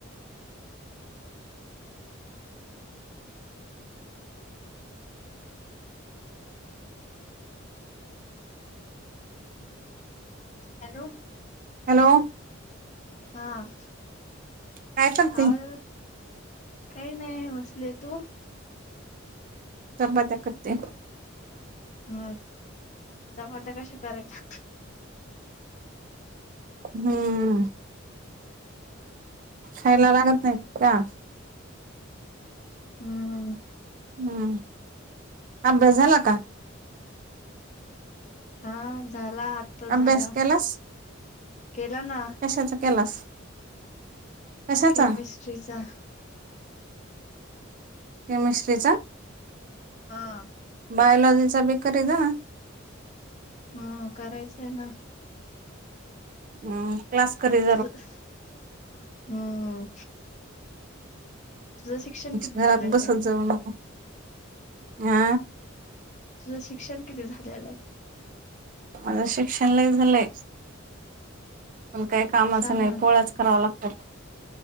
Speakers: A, on the left; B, on the right.
A: हॅलो.
B: हॅलो.
A: हा.
B: काय करते
A: आवाज येतोयं. काही नाही बसले. तू?
B: चपात्या करते.
A: हा. चपात्या कशा करायच्या.
B: हम्म. खायला लागत नाही का?
A: हम्म.
B: हम्म. अभ्यास झाला का?
A: हा. झाला आताच झाला.
B: अभ्यास केलास
A: केला ना.
B: कशाचा केलास? कशाचा
A: केमिस्ट्रीचा.
B: केमिस्ट्रीचा.
A: हा.
B: बयलॉजीचा बी करित जावा.
A: ह. करायचं हे ना.
B: हम्. क्लास करील.
A: <unintelligible> हम. तुझं शिक्षण किती
B: घरात
A: झालेलंये?
B: बसत जाऊ <unintelligible> हा.
A: तुझं शिक्षण किती झालेलं हाय?
B: माझं शिक्षण लई झालंय. पण काही कामाचं
A: सांग
B: नाही.
A: ना
B: पोळ्याच कराव्या लागतात.